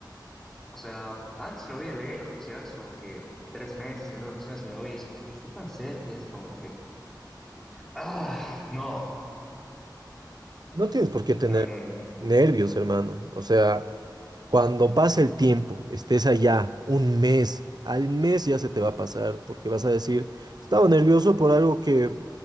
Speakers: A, in the centre; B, on the right.
A: O sea, antes lo veía lejos y ahora es como que tres meses, en dos meses me voy y es como que está tan cerca, es como que, ah, no,
B: No tienes por qué tener
A: no, no, no.
B: nervios, hermano. O sea, cuando pase el tiempo, estés allá un mes, al mes ya se te va a pasar porque vas a decir, estaba nervioso por algo que